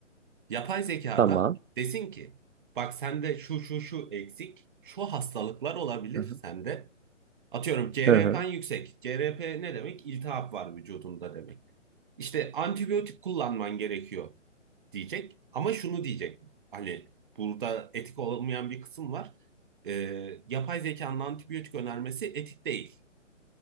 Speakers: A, on the right; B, on the right.
A: Yapay zekada
B: tamam.
A: desin ki bak sende şu şu şu eksik, şu hastalıklar olabilir
B: Hı hı.
A: sende. Atıyorum CRP'n
B: Hı hı.
A: yüksek. CRP ne demek? İltihap var vücudunda demek. İşte antibiyotik kullanman gerekiyor diyecek. Ama şunu diyecek. Hani burada etik olmayan bir kısım var. Ee, yapay zekanın antibiyotik önermesi etik değil